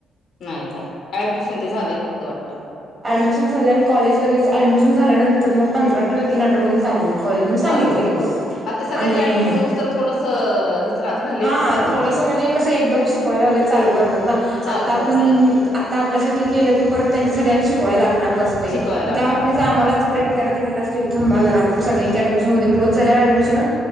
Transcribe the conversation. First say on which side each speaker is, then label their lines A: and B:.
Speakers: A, on the left; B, on the right.
A: नाही का? ऍडमिशन ते झालंय फक्त वाटतं.
B: ऍडमिशन झाल्या आणि कॉलेजलगेच. ऍडमिशन झाल्यानंतर मग- पंधरा किंवा तीन आठवड्यान चालू होईल कॉलेज म्हणून सांगितलय.
A: चालू होतं हो आता सगळ्यांचे
B: आणि-
A: ऍडमिशन होऊस तर थोडस- राहतं ना लेटच
B: हां.
A: चालू होतं
B: थोडस म्हणजे कसं? एकदम शिकवायला वगैरे चालू करतात ना?
A: चालू
B: आत्ता
A: करत
B: पण-
A: नाही
B: आपल्यासाठी केलं की परत त्यांच्यासाठी आणि शिकवाय लागणारच असतय.
A: शिकवाय लागणार
B: मग त्या वाटणीच
A: हम्म
B: आम्हाला- ब्रेक दिलेला असत की, थांबा जरा सगळ्यांची ऍडमिशन होऊ दे, क्लोज झाल्यावर ऍडमिशन